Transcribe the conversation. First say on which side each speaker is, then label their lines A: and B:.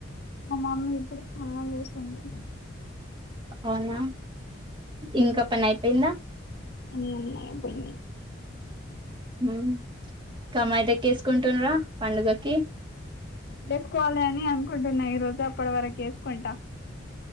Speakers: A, on the left; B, on the right.
A: మా మామీ ఇప్పుడు స్నానం చేస్తుంది
B: అవునా ఇంకా పని అయిపోయిందా
A: అని అయిపోయినాయి
B: హ కమ్మాయి దక్కేసుకుంటుండ్రా పండుగకి <inaudible>
A: చేసుకోవాలి అని అనుకుంటున్నా ఈ రోజు అప్పటి వరకు వేసుకుంటా